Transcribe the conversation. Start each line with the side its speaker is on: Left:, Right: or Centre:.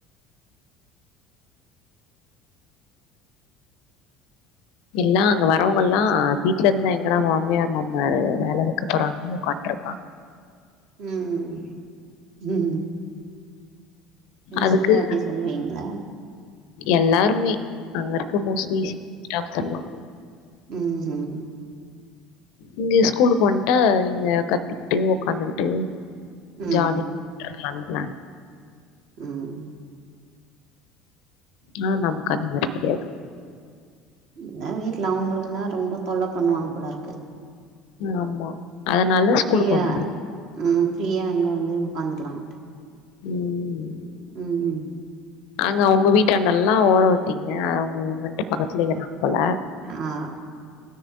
Left: எல்லா அங்க வரவங்க எல்லா வீட்ல இருந்தா எங்கடா மாமியார் மாமனாரு வேல வைக்க போறாங்கன்னு உக்கான்டு இருப்பாங்
Right: ம் ம் பிரின்சிபால்
Left: அதுக்கு
Right: ஆபீஸ் சொல்லுவீங்களா
Left: எல்லாருமே அங்க இருக்க மோஸ்லி ஸ்டாஃப்ஸ் எல்லா
Right: ம் ஹும்
Left: இங்க ஸ்கூலுக்கு வன்டா இங்க கத்திக்கிட்டு உக்காந்துகிட்டு
Right: ம்
Left: ஜாலி <unintelligible>
Right: ம்
Left: னா நமக்கு அந்த மாரி கெடையாது
Right: ன்னா வீட்ல அவங்களுக்கு எல்லா ரொம்ப தொல்ல பண்ணுவாங்க போலருக்கு
Left: ஆமா அதனால ஸ்கூலுக்கு
Right: ஃப்ரியா
Left: வந்துடுது
Right: ம் ஃப்ரியா அங்க வந்து உக்காந்துக்கலான்
Left: ம்
Right: ம்
Left: அங்க அவுங்க வீட்டாண்டல்லா ஓட வுட்டிங்க ம் ஓ வன்ட்டு பக்கத்துலே இருக்கா போல
Right: ஆ